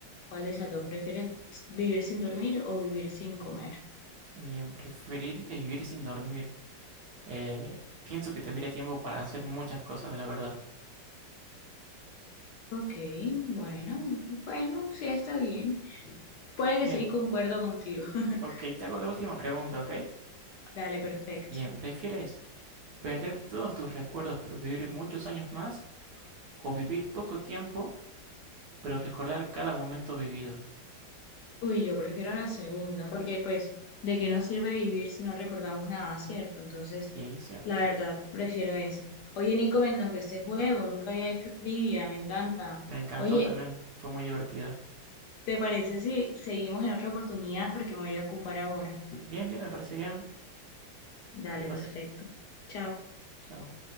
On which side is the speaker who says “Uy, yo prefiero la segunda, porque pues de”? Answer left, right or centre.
Left